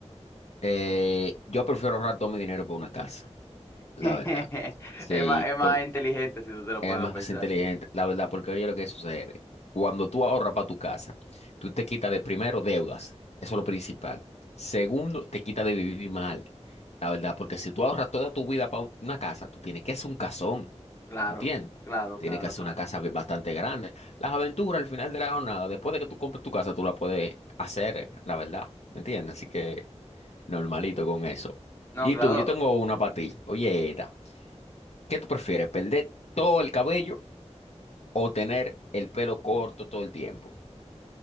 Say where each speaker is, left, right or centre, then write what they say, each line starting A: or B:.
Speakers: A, on the left; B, on the left.
A: Eh, yo prefiero ahorrar todo mi dinero por una casa, la
B: <laughs>
A: verdad. Sí,
B: Es más, es más
A: porque
B: inteligente si tú te lo
A: es
B: puedes
A: más
B: pensar.
A: inteligente, la verdad, porque oye lo que sucede. Cuando tú ahorras para tu casa, tú te quitas de primero deudas, eso es lo principal. Segundo, te quitas de vivir mal, la verdad, porque si tú ahorras toda tu vida para una casa, tú tienes que hacer un casón,
B: Claro,
A: ¿entiendes?
B: claro,
A: Tienes
B: claro,
A: que hacer
B: claro.
A: una casa bi- bastante grande. Las aventuras al final de la jornada, después de que tú compres tu casa, tú la puedes hacer, eh, la verdad, ¿entiendes? Así que... Normalito con eso.
B: No,
A: Y
B: claro.
A: tú, yo tengo una para ti. Oye, Eta, ¿qué tú prefieres? ¿Perder todo el cabello o tener el pelo corto todo el tiempo?